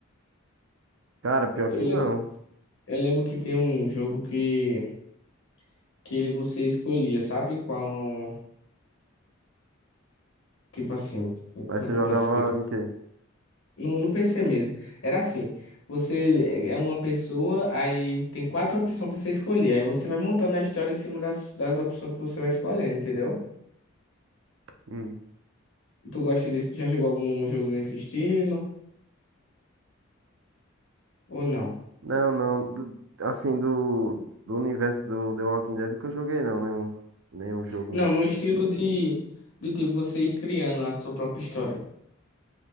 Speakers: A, on the right; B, on the left.
A: Cara, pior
B: Eu,
A: que
B: lem-
A: não.
B: eu lembro que tem um jogo que, que ele você escolhia, sabe? Qual. Tipo assim,
A: Mas
B: como
A: você
B: é que
A: jogava
B: eu posso explicar?
A: em quê?
B: No, no PC mesmo. Era assim, você é é uma pessoa, aí tem quatro opções pra você escolher. Aí você vai montando a história em cima das, das opções que você vai escolhendo, entendeu?
A: Hum.
B: Tu gosta desse, já jogou algum jogo nesse estilo? Ou não?
A: Não, não. do- assim, do, do universo do The Walking Dead nunca joguei, não. Nenhum, nenhum jogo,
B: Não,
A: não.
B: no estilo de, de tipo, você ir criando a sua própria história.